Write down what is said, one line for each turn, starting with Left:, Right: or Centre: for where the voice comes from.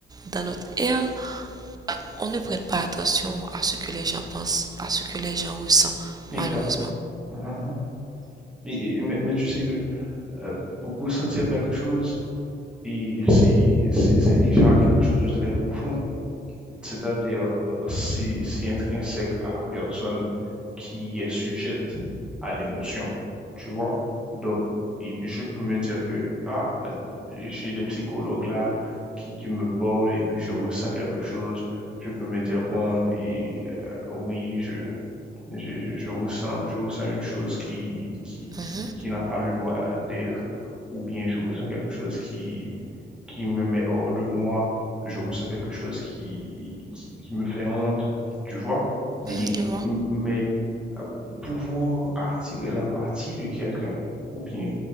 Right: dans notre ère, on ne prête pas attention à ce que les gens pensent, à ce que les gens ressentent, malheureusement.
Centre: exact. mhm, mhm. Et, et- mais, mais tu sais que euh, pour ressentir quelque chose, et c'est c'est- c'est déjà quelque chose de très profond. c'est-à-dire euh, si, si intrinsèque à la personne qui est sujette à l'émotion, tu vois. Donc, et je peux me dire que, ah, euh, j'ai des psychologues là qui, qui me parlent et puis je ressens quelque chose. Je peux me dire, bon, et, euh, oui, je, je, je- je ressens, je ressens une chose qui, qui,
Right: Mhm,
Centre: qui, qui n'a pas le droit d'être, ou bien je ressens quelque chose qui, qui me met hors de moi, je ressens quelque chose qui, qui, qui me fait honte, tu vois. Et,
Right: mhm, je vois.
Centre: mais euh, pouvoir attirer l'empathie de quelqu'un, ou bien